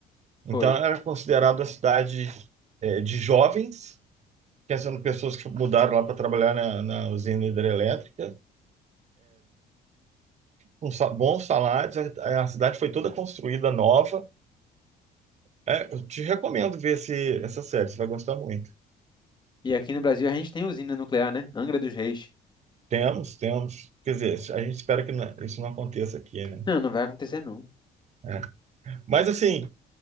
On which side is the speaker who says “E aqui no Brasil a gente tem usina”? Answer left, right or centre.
Left